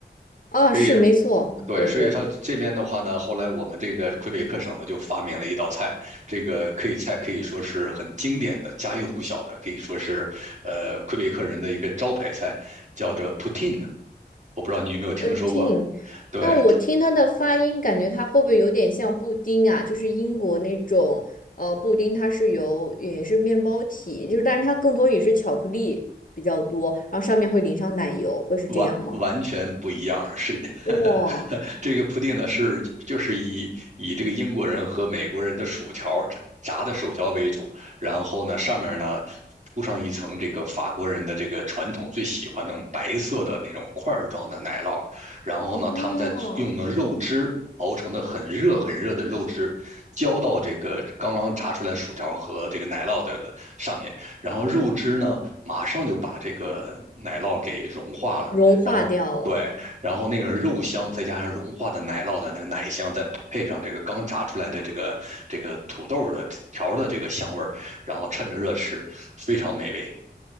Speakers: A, on the left (about 50°); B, on the right (about 40°).
A: 啊，
B: 所以
A: 是没错，
B: 对，
A: 对对。
B: 所以它这边的话呢，后来我们这个魁北克省呢就发明了一道菜，这个可以菜可以说是很经典的、家喻户晓的，可以说是呃魁北克人的一个招牌菜，叫做 poutine。我不知道你有没有听说过？
A: 不听，
B: 对，
A: 那我听它的发音，感觉它会不会有点像布丁啊？就是英国那种，呃，布丁它是由也是面包体，就是但是它更多也是巧克力比较多，然后上面会淋上奶油，会是这样吗？
B: 完完全不一样，是
A: 哇，
B: <laughs> 这个铺垫呢是就是以以这个英国人和美国人的薯条炸的薯条为主，然后呢上面呢铺上一层这个法国人的这个传统最喜欢那种白色的那种块儿状的奶酪，然后呢他们再用的肉汁熬成的很热很热的肉汁浇到这个刚刚炸出来薯条和这个奶酪的上面，
A: 啊，
B: 然后肉汁呢马上就把这个奶酪给融化了。
A: 融化掉了，
B: 然后对，然后那个肉香再加上融化的奶酪的那个奶香，再配上这个刚炸出来的这个这个土豆的条儿的这个香味儿，然后趁着热吃，非常美味。